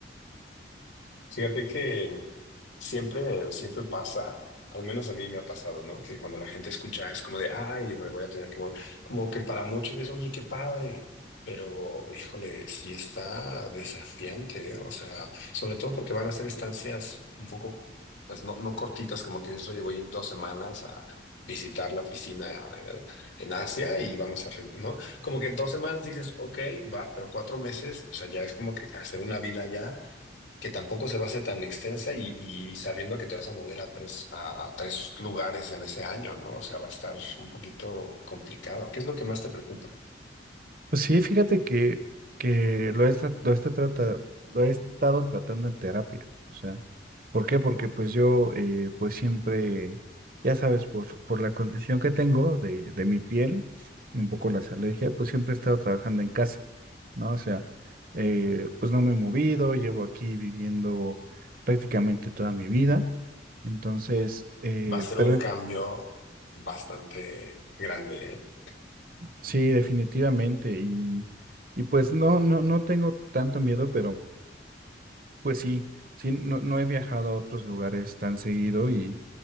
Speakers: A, on the left (about 80°); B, on the right (about 50°).
A: Fíjate que siempre, siempre pasa, al menos a mí me ha pasado, ¿no? Que cuando la gente escucha es como de, ay, me voy a tener que mover. Como que para muchos es, oye, qué padre. Pero, híjole, sí está desafiante, ¿eh? O sea, sobre todo porque van a ser estancias un poco, pues no, no cortitas, como que dices, oye, voy dos semanas a visitar la oficina eh, en Asia y vamos a, re- ¿no? Como que dos semanas dices, ok, va, pero cuatro meses, o sea, ya es como que hacer una vida allá que tampoco se va a hacer tan extensa y, y sabiendo que te vas a mover a tres, a, a tres lugares en ese año, ¿no? O sea, va a estar un poquito complicado. ¿Qué es lo que más te preocupa?
B: Pues sí, fíjate que, que lo he, tra- lo, este trata, lo he estado tratando en terapia. O sea, ¿por qué? Porque pues yo eh, pues siempre, ya sabes, por, por la condición que tengo de, de mi piel y un poco las alergias, pues siempre he estado trabajando en casa, ¿no? O sea, eh, pues no me he movido, llevo aquí viviendo prácticamente toda mi vida. Entonces, eh,
A: Va a ser
B: pero
A: un cambio bastante grande, ¿eh?
B: sí, definitivamente. Y, y pues no, no, no tengo tanto miedo, pero... Pues sí, sí, no, no he viajado a otros lugares tan seguido y,